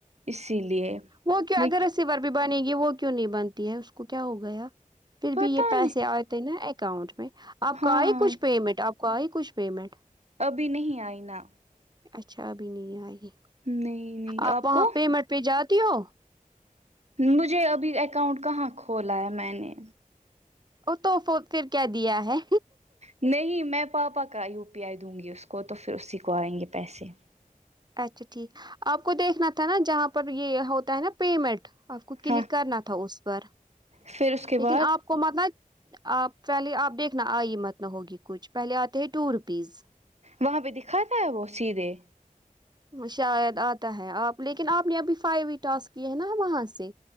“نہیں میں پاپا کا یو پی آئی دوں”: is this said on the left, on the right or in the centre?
Right